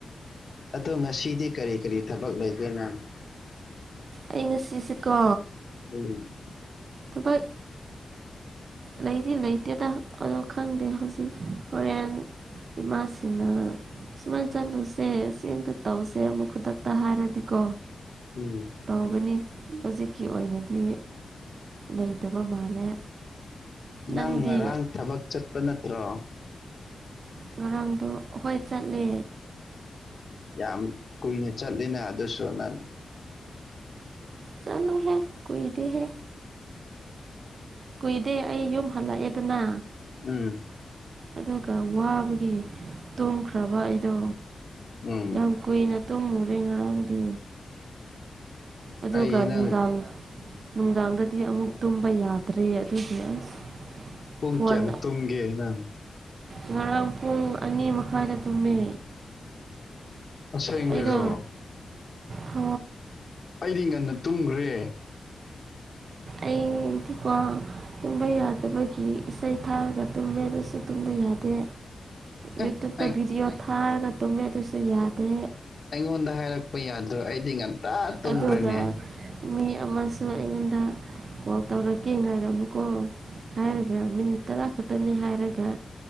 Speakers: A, on the left; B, on the right.
A: ꯑꯗꯣ ꯉꯁꯤꯗꯤ ꯀꯔꯤ ꯀꯔꯤ ꯊꯕꯛ ꯂꯩꯒꯦ ꯅꯪ
B: ꯑꯩ ꯉꯁꯤꯁꯦꯀꯣ
A: ꯎꯝ
B: ꯊꯄ ꯂꯩꯗꯤ ꯂꯩꯇꯦꯗ ꯑꯗꯣ ꯈꯪꯗꯦ ꯍꯧꯖꯤꯛ ꯐꯣꯔꯦꯟ ꯏꯃꯥꯁꯤꯡꯅ ꯁꯨꯃꯥꯏꯅ ꯆꯠꯂꯨꯁꯦ ꯁꯤ ꯑꯃꯇ ꯇꯧꯁꯦ ꯑꯃꯨꯛ ꯈꯨꯗꯛꯇ ꯍꯥꯏꯔꯗꯤꯀꯣ
A: ꯎꯝ
B: ꯇꯧꯒꯅꯤ ꯍꯧꯖꯤꯛꯀꯤ ꯑꯣꯏꯅꯗꯤ ꯂꯩꯇꯕ ꯃꯥꯜꯂꯦ
A: ꯅꯪ
B: ꯅꯪꯗꯤ
A: ꯉꯔꯥꯡ ꯊꯕꯛ ꯆꯠꯄ ꯅꯠꯇ꯭ꯔꯣ
B: ꯉꯔꯥꯡꯗꯣ ꯍꯣꯏ ꯆꯠꯂꯦ
A: ꯌꯥꯝ ꯀꯨꯏꯅ ꯆꯠꯂꯤꯦꯅ ꯑꯗꯨꯁꯨ ꯅꯪ
B: ꯆꯜꯨꯍꯦ ꯀꯗꯍꯦ ꯀꯨꯏꯗꯦ ꯑꯩ ꯌꯨꯝ ꯍꯜꯂꯛꯑꯦꯗꯅ
A: ꯎꯝ
B: ꯑꯗꯨꯒ ꯋꯥꯕꯒꯤ ꯇꯣꯝꯈ꯭ꯔꯕ ꯑꯩꯗꯣ
A: ꯎꯝ
B: ꯌꯥꯝ ꯀꯨꯏꯅ ꯇꯨꯝꯃꯨꯔꯦ ꯉꯔꯥꯡꯗꯤ ꯑꯗꯨꯒ
A: ꯑꯩꯗꯤ ꯅꯪ
B: ꯅꯨꯡꯗꯥꯡ ꯅꯨꯡꯗꯥꯡꯗꯗꯤ ꯑꯃꯨꯛ ꯇꯨꯝꯕ ꯌꯥꯗ꯭ꯔꯦ ꯑꯗꯨꯗꯤ ꯑꯁ
A: ꯍꯨꯡ
B: ꯐꯣꯟ
A: ꯀꯌꯥꯅ ꯇꯨꯡꯒꯦꯅ
B: ꯉꯔꯥꯡ ꯄꯨꯡ ꯑꯅꯤ ꯃꯈꯥꯏꯗ ꯇꯨꯝꯃꯦ
A: ꯑꯁꯦꯡꯕꯩꯔꯣ
B: ꯑꯩꯗꯣ ꯍ
A: ꯑꯩꯗꯤ ꯉꯟꯅ ꯇꯨꯝꯈ꯭ꯔꯦ
B: ꯑꯩꯗꯤꯀꯣ ꯇꯨꯝꯕ ꯌꯥꯗꯕꯒꯤ ꯏꯁꯩ ꯊꯥꯔꯒ ꯇꯨꯝꯃꯦ ꯑꯗꯨꯁꯨ ꯇꯨꯝꯕ ꯌꯥꯗꯦ
A: ꯑꯦ
B: ꯌꯨꯇꯨꯞꯇ
A: ꯑꯩ
B: ꯚꯤꯗꯤꯑꯣ ꯊꯥꯔꯒ ꯇꯨꯝꯃꯦ ꯑꯗꯨꯁꯨ ꯌꯥꯗꯦ
A: ꯑꯩꯉꯣꯟꯗ ꯍꯥꯏꯔꯛꯄ ꯌꯥꯗ꯭ꯔꯣ ꯑꯩꯗꯤ ꯉꯟꯇꯥ ꯇꯨꯝꯈ꯭ꯔꯦꯅꯦ
B: ꯑꯗꯨꯒ ꯃꯤ ꯑꯃꯁ ꯑꯩꯉꯣꯟꯗ ꯀꯣꯜ ꯇꯧꯔꯛꯀꯦ ꯉꯥꯏꯔꯝꯃꯨꯀꯣ ꯍꯥꯏꯔꯒ ꯃꯤꯅꯤꯠ ꯇꯔꯥ ꯈꯛꯇꯅꯤ ꯍꯥꯏꯔꯒ